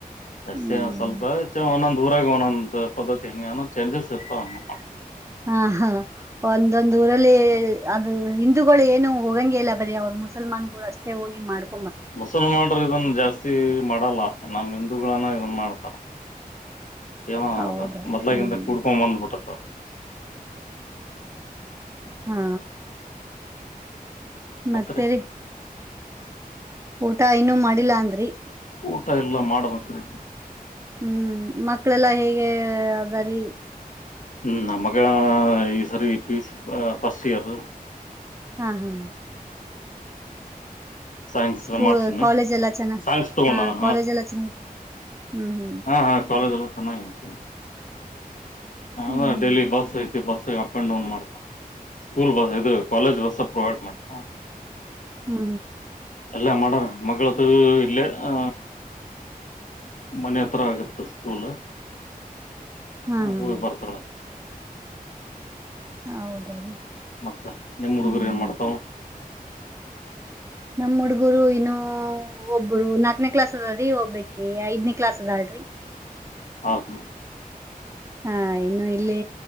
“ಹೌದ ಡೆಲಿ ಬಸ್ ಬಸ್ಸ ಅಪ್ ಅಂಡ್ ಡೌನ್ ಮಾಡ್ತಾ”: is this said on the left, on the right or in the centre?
Left